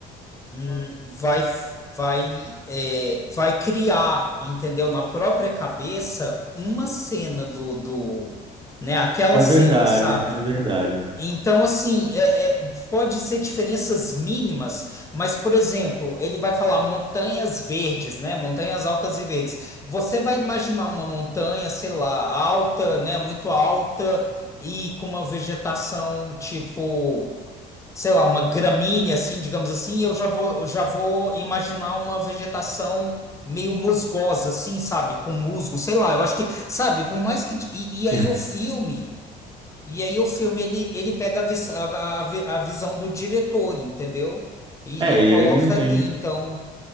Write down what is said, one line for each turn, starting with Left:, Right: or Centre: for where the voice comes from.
Left: hum, vai, vai, é, vai criar, entendeu? Na própria cabeça, uma cena do, do, né? Aquela
Right: É
Left: cena,
Right: verdade,
Left: sabe?
Right: é verdade.
Left: Então, assim, é, é, pode ser diferenças mínimas, mas, por exemplo, ele vai falar montanhas verdes, né? Montanhas altas e verdes. Você vai imaginar uma montanha, sei lá, alta, né? Muito alta e com uma vegetação tipo sei lá, uma gramínea assim, digamos assim, eu já vou, eu já vou imaginar uma vegetação meio musgosa assim, sabe, com musgo, sei lá, eu acho que, sabe, por mais que e, e aí
Right: <laughs>
Left: o filme, e aí o filme ele, ele pega a, vis- a, a, vi- a visão do diretor, entendeu? E,
Right: É,
Left: e
Right: e
Left: coloca
Right: ele não tem,
Left: ali, então,